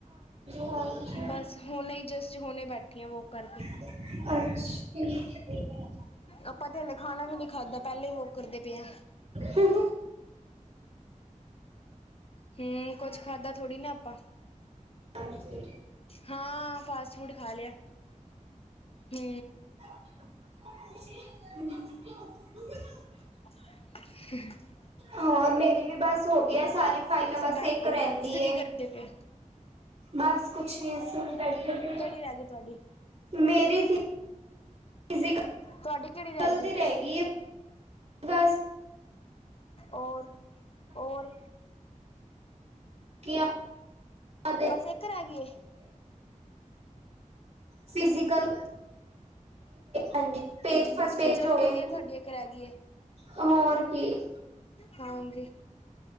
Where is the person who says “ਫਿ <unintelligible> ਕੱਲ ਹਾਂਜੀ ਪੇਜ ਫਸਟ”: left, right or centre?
Right